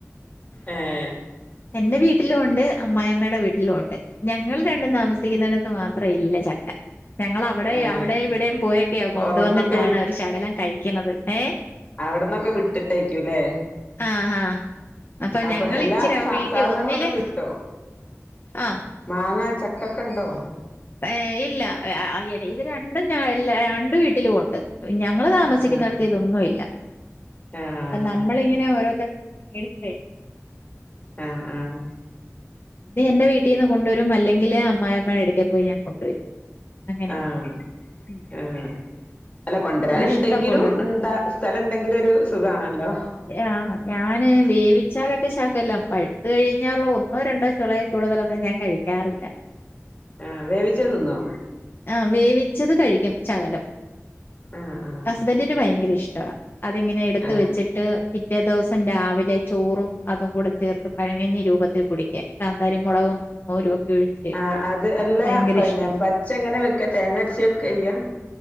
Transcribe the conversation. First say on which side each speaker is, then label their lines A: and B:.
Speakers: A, on the left; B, on the left.
A: ഏഹ്
B: എന്റെ വീട്ടിലും ഉണ്ട് അമ്മായിമ്മയുടെ വീട്ടിലും ഉണ്ട് ഞങ്ങൾ രണ്ടും താമസിക്കുന്നിടത്ത് മാത്രം ഇല്ല ചക്ക ഞങ്ങള് അവിടെ
A: ഏഹ്
B: അവിടെയും ഇവിടെയും പോയൊക്കെയോ കൊണ്ടുവന്നിട്ടാണ്
A: അവിടന്നൊക്കെ
B: ഒരു ശകലം കഴിക്കുന്നത് ഏഹ്
A: അവിട്ന്നൊക്കെ വിട്ടിട്ടേക്കൂല്ലേ
B: ആഹ് ആഹ്
A: അപ്പൊ
B: ഞങ്ങൾ
A: എല്ലാ
B: ഇച്ചിരി ആ
A: സാ
B: വീട്ടിൽ
A: സാധനങ്ങളൊക്കെ
B: ഒന്നില്
A: കിട്ടോ
B: ആഹ്
A: മാങ്ങാ ചക്കൊക്കെണ്ടോ
B: ഏഹ് ഇല്ല ഇത് രണ്ടും ഞല്ല രണ്ട് വീട്ടിലും ഉണ്ട് ഞങ്ങള് താമസിക്കുന്നിടത്ത്
A: ആഹ്
B: ഇതൊന്നുല്ല
A: ആഹ്
B: അ നമ്മളിങ്ങനെ ഓരോരുത്തർ മേടിച് കയ്
A: ആഹ് ആഹ്
B: ത് എന്റെ വീട്ടീന്ന് കൊണ്ട്വരും അല്ലെങ്കില് അമ്മായിയമ്മ ഇടയ്ക്ക പോയി ഞാൻ കൊണ്ടുവരും അങ്ങനെയാണ്
A: ആഹ്
B: ഉം.
A: ആഹ് അല്ല കൊണ്ടരാൻ
B: അവിടെ ഇഷ്ടം
A: ണ്ടെങ്കിലും
B: പോലുണ്ട്
A: എന്താ സ്ഥലണ്ടെങ്കിലും ഒരു സുഖാണല്ലോ
B: എഹ് ആഹ് ഞാന് വേവിച്ചാലൊക്കെ ശഖല്ലാം പഴുത് കഴിഞ്ഞാള്ളോ ഒന്നോ രണ്ടോ ചൊളേ കൂടുതലൊന്നും ഞാൻ കഴിക്കാറില്ല
A: ആഹ് വേവിച്ചഹ് തിന്നോ
B: ആഹ് വേവിച്ചത് കഴിക്കും ചകലം
A: ആഹ് ആഹ്
B: ഹസ്ബന്റിന് ഭയങ്കര ഇഷ്ടാ അതിങ്ങനെ എടുത്ത്
A: ആഹ്
B: വെച്ചിട്ട് പി റ്റേ ദിവസം രാവിലെ ചോറും അതും കൂടെ ചേർത്ത് പഴങ്ങഞ്ഞി രൂപത്തിൽ കുടിക്കാൻ കാന്താരിമൊളകും മൊരുഒക്കെ ഒഴിച്ച്
A: ആഹ് അത് എല്ലാ
B: ഭയങ്കര
A: പന്നെ
B: ഇഷ്ടാ.
A: പച്ച എങ്ങനെ വെക്ക് തേങ്ങര്ച്ച്ക്കായ്യാ?